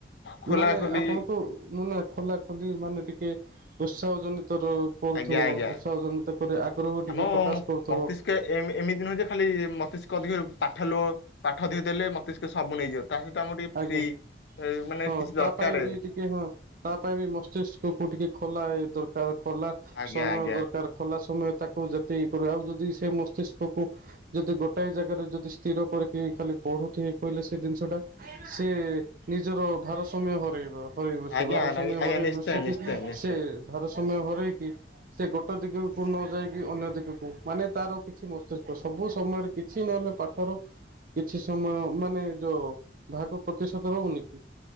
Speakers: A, on the left; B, on the right.
A: ଖୋଲା
B: ମାନେ
A: ଖୋଲି
B: ଆପଣଙ୍କୁ ନ ନା ଖୋଲା ଖଲି ମାନେ ଟିକେ ଉତ୍ସାହ ଜନିତର କରୁଥୁବ
A: ଆଜ୍ଞା ଆଜ୍ଞା
B: ଉତ୍ସାହ ଜନିତ କରି ଆଗ୍ରହ
A: ଆମ
B: ଟିକେ ପ୍ରକାଶ କରୁଥୁବ।
A: <unintelligible> ଏମିତି ନୁହେଁ ଯେ ଖାଲି ମତିଷ୍କ ଅଧିକ ପାଠ ଲୁ ପାଠ ଅଧିକ ଦେଲେ ମତିଷ୍କ ସବୁ ନେଇଯିବ। ତା ସହିତ ଆମର ଟିକେ
B: ଆଜ୍ଞା।
A: ଫ୍ରି ଏ ମାନେ
B: ହଁ
A: କିଛି
B: ତା
A: ଦରକାର।
B: ପାଇଁ ବି ଟିକେ ହଁ ତା ପାଇଁ ବି ମସ୍ତିଷ୍କକୁ ଟିକେ ଖୋଲା ଏ ଦରକାର ଖୋଲା
A: ଆଜ୍ଞା
B: ସମୟ
A: ଆଜ୍ଞା
B: ଦରକାର। ଖୋଲା ସମୟ ତାକୁ ଯେତେ ଇ କର ଆଉ ଯଦି ସେ ମସ୍ତିଷ୍କକୁ ଯଦି ଗୋଟାଏ ଜାଗାରେ ଯଦି ସ୍ଥିର କରିକି ଖାଲି ପଢୁଥିବ କହିଲେ ସେ ଜିନିଷଟା ସିଏ ନିଜର ଭାରସାମ୍ୟ ହରେଇବ। ହରେଇ ବସିବ
A: ଆଜ୍ଞା
B: ଭାର ସମୟ
A: ଆଜ୍ଞା
B: ହରେଇ
A: ନିଶ୍ଚୟ
B: ବସିକି
A: ନିଶ୍ଚୟ ନିଶ୍ଚୟ
B: ସେ ଭାର ସମୟ ହରେଇକି ସେ ଗୋଟେ ଦିଗକୁ ନ ଯାଇକି ଅନ୍ୟ ଦିଗକୁ ମାନେ ତାର କିଛି ମସ୍ତିଷ୍କ ସବୁ ସମୟରେ କିଛି ନହେଲେ ପାଠ <unintelligible> କିଛି ସମୟ ମାନେ ଯୋଉ ବାହାକୁ ପ୍ରତିଶତ ରହୁନି କି